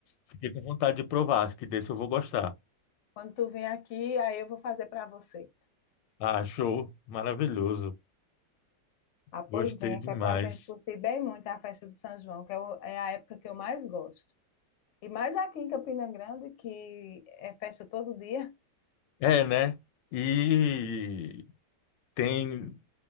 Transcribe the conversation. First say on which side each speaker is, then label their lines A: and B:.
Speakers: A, on the left; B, on the left.
A: fiquei com vontade de provar. Acho que desse eu vou gostar.
B: quando tu vir aqui, aí eu vou fazer para você.
A: Ah, show, maravilhoso.
B: Ah, pois
A: Gostei
B: venha,
A: demais.
B: que é para a gente curtir bem muito a festa do São João, que é, o- é a época que eu mais gosto. E mais aqui em Campina Grande, que é festa todo dia.
A: É, né? E tem